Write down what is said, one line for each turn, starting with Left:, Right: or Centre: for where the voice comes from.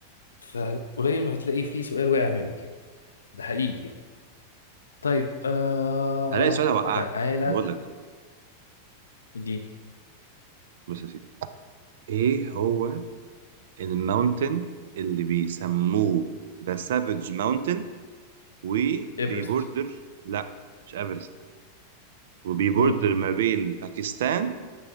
Left: فقليل ما هتلاقي فيه سؤال وقع مني ده حقيقي يعني طيب آه
Right: هلاقي سؤال هوقعك
Left: تعالى
Right: بقول لك
Left: اديني
Right: بص يا سيدي ايه هو الماونتن اللي بيسموه ذا سافج ماونتن وبيبوردر
Left: ايفرست
Right: لا مش ايفرست وبيبوردر
Left: امم
Right: ما بين باكستان